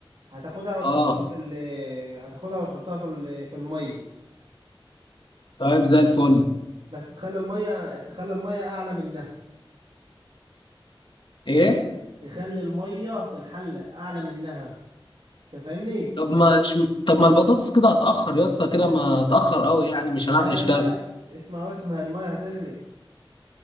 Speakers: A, on the right; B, on the left.
A: هتاخدها وتحطها
B: اه
A: في ال هتاخدها وتحطها في ال- في المية
B: طيب زي الفل
A: بس تخلي المية تخلي المية اعلى منها
B: ايه
A: تخلي المية في الحلة أعلى منها أنت فاهمني؟
B: طب ما ش... طب ما البطاطس كده هتأخر يا اسطى كده ما هتأخر قوي يعني مش هنعرف
A: لا
B: نشتغل
A: لا لا لا اسمع بس ما هي المية هتغلي